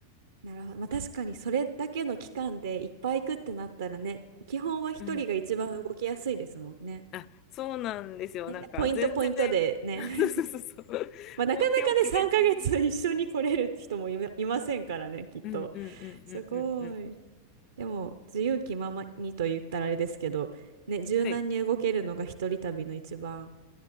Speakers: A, on the right (about 65°); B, on the left (about 35°).
A: なるほど。まあ確かにそれだけの期間でいっぱい行くってなったらね、基本は一人が一番動きやすいですもんね。
B: うん。あ、そうなんですよ。
A: ね、
B: なんか全然、
A: でポイントポイントでね。
B: <laughs> そうそうそうそう。
A: <laughs> まあなかなかね、
B: 工程を決めずに、
A: 3ヶ月一緒に来れる人もいま、いませんからね、きっと。
B: うんうんうんうんうんうん。
A: すごい。でも、自由気ままにと言ったらあれですけど、ね、柔軟に動けるのが一人旅の一番
B: はい、